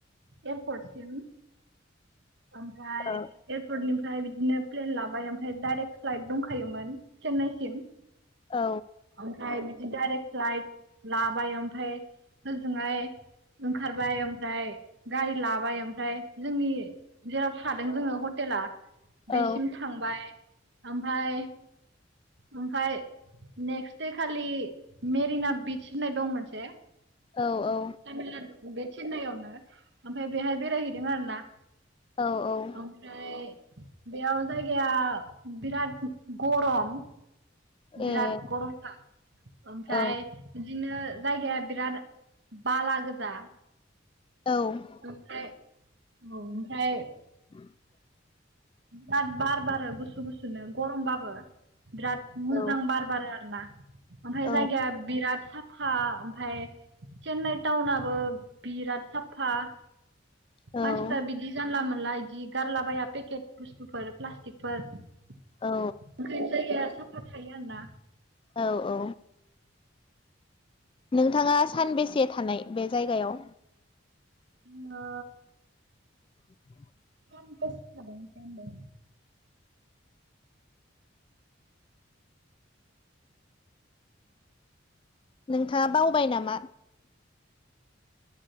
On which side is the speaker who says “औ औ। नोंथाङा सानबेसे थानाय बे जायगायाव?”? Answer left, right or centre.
Left